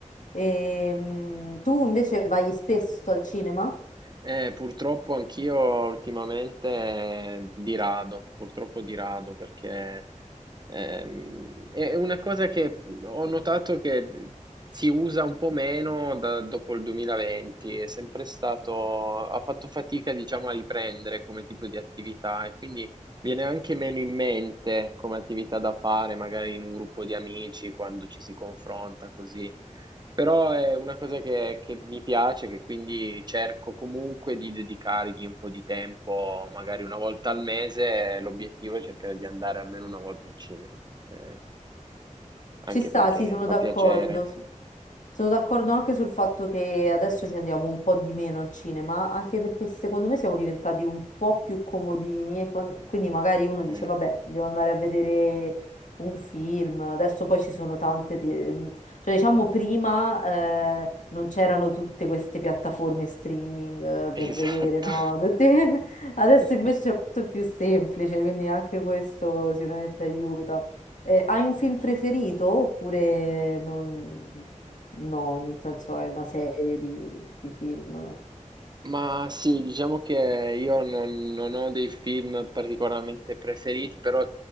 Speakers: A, on the left (about 75°); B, on the right (about 35°).
A: E, tu invece vai spesso al cinema?
B: Eh, purtroppo anch'io ultimamente eh, di rado, purtroppo di rado, perché ehm, è una cosa che ho notato che si usa un po' meno da- dopo il 2020, è sempre stato, ha fatto fatica, diciamo, a riprendere come tipo di attività e quindi viene anche meno in mente come attività da fare, magari in un gruppo di amici, quando ci si confronta così. Però è una cosa che, che mi piace, che quindi cerco comunque di dedicargli un po' di tempo, magari una volta al mese, l'obiettivo è cercare di andare almeno una volta al cinema, eh, anche
A: Ci sta,
B: perché
A: sì, sono
B: fa
A: d'accordo.
B: piacere.
A: S- Sono d'accordo anche sul fatto che adesso ci andiamo un po' di meno al cinema, anche perché secondo me siamo diventati un po' più comodini e quan- quindi magari uno
B: Eh,
A: dice, vabbè, devo andare a vedere un film, adesso poi ci sono tante, te- mh, cioè diciamo prima eh, non c'erano tutte queste piattaforme streaming eh, per
B: esatto.
A: vedere, no? Tutte- <laughs> Adesso
B: <laughs>
A: invece è molto più semplice, quindi anche questo sicuramente aiuta. Eh, hai un film preferito oppure non... no, nel senso è una serie di, di film?
B: Ma sì, diciamo che io non, non ho dei film particolarmente preferiti, però